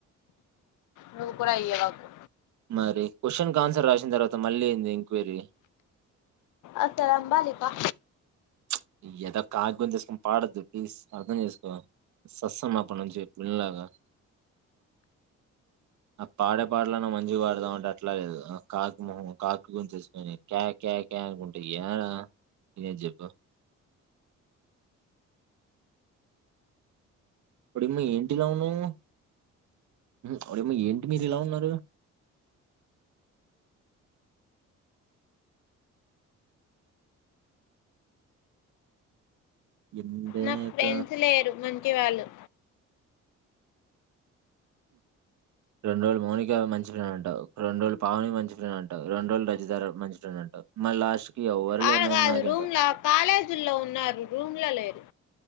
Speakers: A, on the left (about 80°); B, on the right (about 70°).
A: నువు కూడా అయ్యవాకు
B: మరి క్వశ్చన్ కి ఆన్సర్ రాసిన తర్వాత మళ్ళీ ఏంది ఎంక్వైరీ
A: అత్తరంబాలిపా
B: ప్చ్ ఎదవ కాకి గొంతేసుకొని పాడొద్దు ప్లీజ్ అర్ధం చేసుకో సస్తన్న అప్పటి నుంచి వినలేక ఆ పాడే పాటలన్న మంచిగా పాడతావంటే అట్లా లేదు ఆ కాకి మొహం కాకి గొంతేసుకొని కే కే కే అనుకుంటూ ఎరా ఏం చెప్పావ్ అప్పుడేమో ఏంటి ఇలా ఉన్నావ్ అప్పుడేమో ఏంటి మీరు ఇలా ఉన్నారు ఎందాక
A: నాకు ఫ్రెండ్స్ లేరు మం కి వాళ్ళు
B: రెడు రోజులు మౌనిక మంచి ఫ్రెండ్ అంటావు రెండు రోజులు పావని మంచి ఫ్రెండ్ అంటావు రెండు రోజులు రజితా మంచి ఫ్రెండ్ అంటావు మరి లాస్ట్ కి ఎవ్వరు
A: ఆడగాదు
B: లేరు నేను నాకంట
A: రూమ్లో కాలేజీల్లో ఉన్నారు రూమ్ లో లేరు